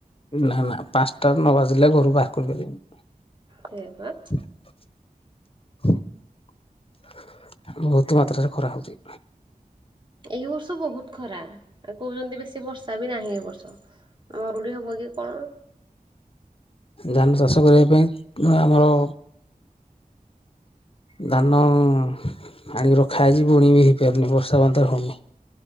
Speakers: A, on the left (about 40°); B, on the right (about 30°).
A: ନା ନା ପାଞ୍ଚଟା ନ ବାଜିଲେ ଘରୁ ବାହାର କରିପାରିବେନି।
B: ସେ ବା।
A: ବହୁତୁ ମାତ୍ରାରେ ଖରା ହଉଛି।
B: ଏଇ ବର୍ଷ ବହୁତ ଖରା ଆଉ କହୁଛନ୍ତି ବେଶୀ ବର୍ଷା ବି ନାହିଁ ଏ ବର୍ଷ। ମରୁଡ଼ି ହବ କି କଣ?
A: ଧାନ ଚାଷ କରିବା ପାଇଁ ଆମର ଧାନ ଆଣିକି ରଖା ହେଇଜି ବୁଣି ବି ହେଇପାରୁନି ବର୍ଷା ମାତ୍ର ହଉନି।